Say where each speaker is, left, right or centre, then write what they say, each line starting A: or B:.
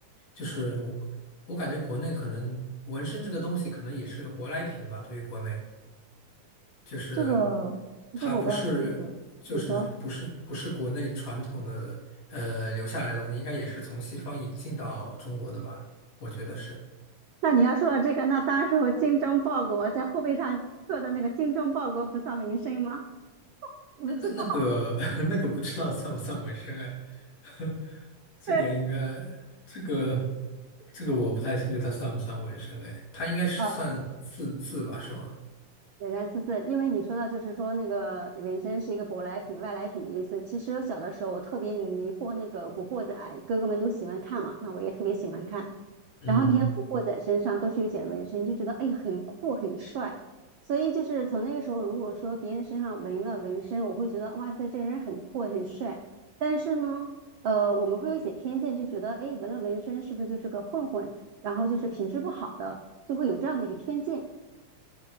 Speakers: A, on the left (about 70°); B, on the right (about 85°).
A: 就是我我感觉国内可能纹身这个东西可能也是个舶来品吧，对于国内。就是
B: 这个这个我不大清楚，
A: 它不是就是不是不是国内传统的呃留下来的东西，
B: 你说？
A: 应该也是从西方引进到中国的吧？我觉得是。
B: 那你要说到这个，那当时我精忠报国，在后背上刻的那个“精忠报国，不丧民生”吗？我不知道，
A: 那个那个 <laughs> 那个不知道算不算纹身哎，<laughs>
B: <laughs>
A: 这个应该这个
B: 对，
A: 这个我不太清楚它算不算纹身哎，它应该是算字字吧，
B: 呃。
A: 是吗？
B: 对，来自自，因为你说到就是说那个纹身是一个舶来品、外来品的意思。其实我小的时候我特别迷惑那个《古惑仔》，哥哥们都喜欢看嘛，那我也特别喜欢看。
A: 嗯。
B: 然后那些古惑仔身上都是有写纹身，就觉得哎很酷很帅。所以就是从那个时候，如果说别人身上纹了纹身，我会觉得哇塞，这个人很酷很帅。但是呢，呃，我们会有一些偏见，就觉得哎纹了纹身是不是就是个混混，然后就是品质不好的，就会有这样的一个偏见。